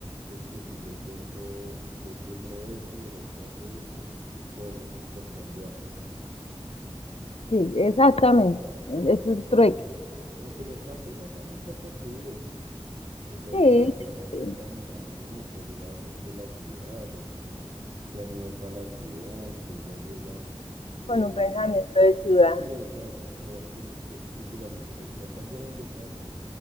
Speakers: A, on the right (about 60°); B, on the left (about 75°).
A: Entonces que si yo tengo, si yo siembro esto y el otro hace esto, podemos intercambiar.
B: Sí, exactamente. Es el trueque.
A: Aunque en el campo ya también se ha perdido. pues ya
B: Sí,
A: digamos que se han
B: sí,
A: contaminado mucho, ha llegado gente de la ciudad, los hijos se han ido para la ciudad, entonces ya llegan, eh,
B: con un pensamiento de ciudad.
A: Sí, exacto. Llegan con, que, entonces, digamos, si los papás eran de campo,